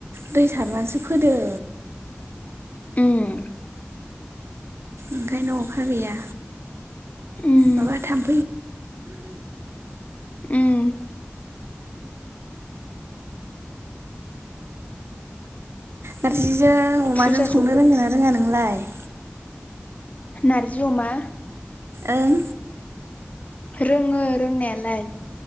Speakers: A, on the right; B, on the left.
A: दै सारनानैसो फोदों
B: उम
A: ओंखायनो अखा गैया
B: उम
A: माबा थाम
B: उम
A: नारजिजों अमाजों
B: फुजा
A: संनो
B: सफै
A: रोंङो ना रोङा नोंलाय?
B: नारजि अमा?
A: ओं।
B: रोङो रोंनायालाय।